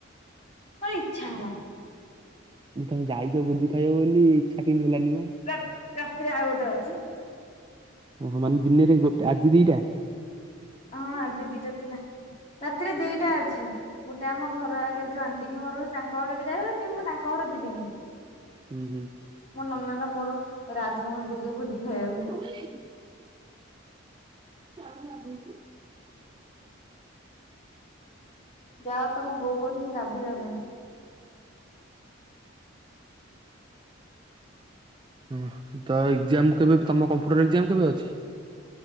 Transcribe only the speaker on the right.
ତମେ ଯାଇଛ ଭୋଜି ଖାଇବ ବୋଲି ଇଚ୍ଛା କେମିତି ହେଲାନି ମ।
ଓହୋ ମାନେ ଦିନରେ ଗୋଟେ ଆଜି ଦିଇଟା।
ହୁଁ ହୁଁ
କୁଆଡେ ଯାଇଥିଲୁ। ଯାଉନୁ ଗାଧେଇବୁ।
ହୁଁ ତ ଏକ୍ଜାମ କେବେ ତମ କମ୍ପ୍ୟୁଟରେ ଏକ୍ଜାମ କେବେ ଅଛି